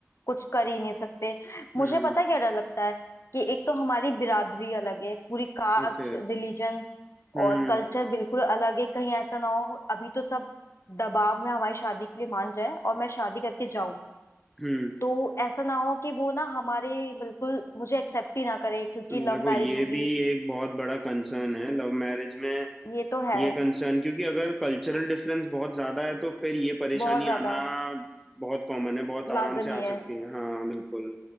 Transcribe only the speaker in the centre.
हम्म
ओके
हम्म
हम्म
देखो
ये
भी एक बहुत बड़ा कंसर्न है लव मैरिज में
ये कंसर्न क्योंकि अगर कल्चरल डिफरेंस बहुत ज्यादा है तो फिर ये परेशानी
आना बहुत कॉमन है बहुत
आराम से आ
सकती है हाँ बिल्कुल